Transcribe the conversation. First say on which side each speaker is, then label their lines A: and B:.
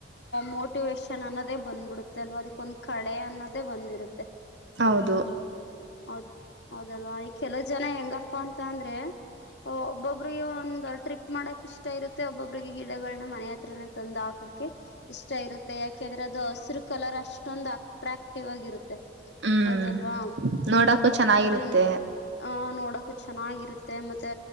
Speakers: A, on the left; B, on the right.
A: ಮೋಟಿವೇೇಶನ್ ಅನ್ನೋದೇ ಬಂದ್ಬಿಡುತ್ತೆ ಅಲ್ವಾ ಅದಕ್ಕೊಂದ್ ಕಳೆ ಅನ್ನೋದೇ ಬಂದಿರುತ್ತೆ
B: ಹೌದು
A: ಹೌದ ಹೌದಲ್ಲ ಈ ಕೆಲವು ಜನ ಹೆಂಗಪ್ಪಾ ಅಂತ ಅಂದ್ರೆ ಒಬ್ಬೊಬ್ರಿಗೆ ಒಂದ್ ಟ್ರಿಪ್ ಮಾಡಕ್ ಇಷ್ಟ ಇರುತ್ತೆ ಒಬೊಬ್ರಿಗೆ ಗಿ ಗಳನ ಮನೆ ಹತ್ರ ತಂದು ಹಾಕಕೆ ಇಷ್ಟ ಇರುತ್ತೆ ಯಾಕೆಂದ್ರೆ ಅದು ಹಸಿರು ಕಲರ್ ಅಷ್ಟೊಂದ ಟ್ರಾಕ್ಟಿವ್ ಆಗಿರುತ್ತೆ
B: ಹ್ಮ್
A: ಹೌದಲ್ವಾ
B: ನೋಡಕ್ಕೂ ಚೆನ್ನಾಗಿರುತ್ತೆ
A: ಆದ್ರನ್ ನೋಡ ನಡಕ ಚೆನ್ನಾಗಿರುತ್ತೆ ಮತ್ತೆ